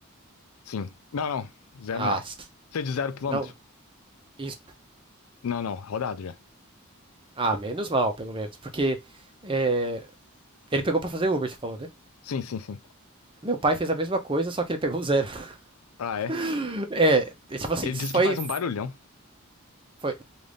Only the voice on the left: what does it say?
Sim. Não, não. Zero
não. Você é de zero quilômetro?
Não, não. Rodado já.
Sim, sim, sim.
Ah, é?
Ele
disse
que faz um barulhão.